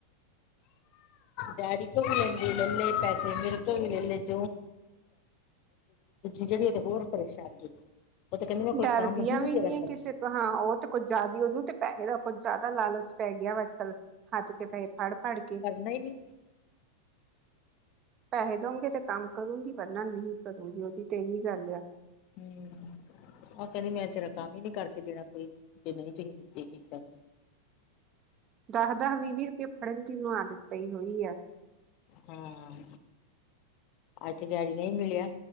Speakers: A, on the left (about 40°); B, on the right (about 30°).
A: ਡੈਡੀ ਤੋ ਵੀ <unintelligible> ਲਲੇ ਪੈਸੇ, ਮੇਰੇ ਤੋਂ ਵੀ ਲੈਲੇ <unintelligible> <unintelligible> ਜੇਹੜੀ ਓਹ ਤੇ ਹੋਰ ਪਰੇਸ਼ਾਨ ਜੇ, ਓਹ ਤੇ ਕਹਿੰਦੀ ਮੈਂ
B: ਡਰਦੀਆਂ
A: ਕੋਈ ਕੰਮ ਹੀ ਨਹੀਂ
B: ਵੀ ਨੀ
A: ਤੇਰਾ ਕਰਦੀ
B: ਹੈ ਕਿਸੇ ਹਾਂ, ਓਹ ਤੇ ਕੁੱਝ ਜਿਆਦਾ ਹੀ ਓਹਨੂੰ ਤੇ ਪੈਹੇ ਦਾ ਕੁੱਝ ਜ਼ਿਆਦਾ ਲਾਲਚ ਪੈ ਗਿਆ ਵਾ ਅੱਜ-ਕੱਲ ਹੱਥ 'ਚ ਪੈਹੇ ਫ਼ੜ-ਫ਼ੜ ਕੇ
A: ਨਈ-ਨਈ
B: ਪੈਹੇ ਦੇਣਗੇ ਤੇ ਕੰਮ ਕਰੂੰਗੀ ਵਰਨਾ ਨਹੀਂ ਕਰੂੰਗੀ, ਓਹਦੀ ਤੇ ਐਹੀ ਗੱਲ ਆ
A: ਹੂੰ, ਓਹ ਕਹਿੰਦੀ ਮੈਂ ਤੇਰਾ ਕੰਮ ਈ ਨਹੀਂ ਕਰਕੇ ਦੇਣਾ ਕੋਈ, ਜੇ ਮੈਨੂੰ <unintelligible> ਪੇ ਕੀਤਾ ਤੇ
B: ਦਾਹ-ਦਾਹ, ਵੀਹ-ਵੀਹ ਰੁਪਏ ਫੜਨ ਦੀ ਉਹਨੂੰ ਆਦਤ ਪਈ ਹੋਈ ਐ।
A: ਹਾਂ, ਅੱਜ ਡੈਡੀ ਨਹੀਂ ਮਿਲਿਆ,